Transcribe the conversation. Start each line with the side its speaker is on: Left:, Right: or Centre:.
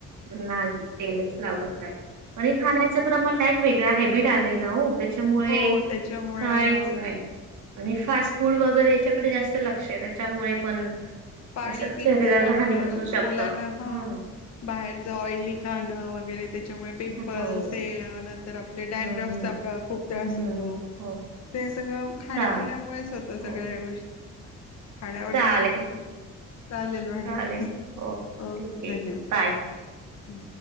Right: नाही तेलच लावत नाहीय आणि खाण्याच क्रमण वेगळा हॅबिट आलाय ना हो त्याच्यामुळे
Left: हो त्याच्यामुळे
Right: काहीच
Left: हा
Right: नाही आणि फास्ट फूड वगैरेच्या जास्त लक्ष आहे त्याच्यामुळे पण
Left: पाणी
Right: असं
Left: पित
Right: शरीराला
Left: नाही ना मुला
Right: हानी बसू शकतं.
Left: मुलांना हा
Right: हं.
Left: बाहे--र ऑइली खाणं वगैरे त्याच्यामुळे पिंपल्स
Right: हो.
Left: आहे नंतर आप डॅनड्रफचा
Right: हं, हं.
Left: खूप त्रास
Right: हं,
Left: होतो.
Right: हो.
Left: ते सगळं खाण्यापिण्यामुळेच
Right: चा
Left: होतं
Right: हो.
Left: सगळ्या ह्या गोष्टी खाण्यावर
Right: चालेल,
Left: नियंत्रण चालेल मॅड
Right: चालेल.
Left: ओके
Right: ठीक आहे.
Left: धन्यवाद
Right: बाय.
Left: ब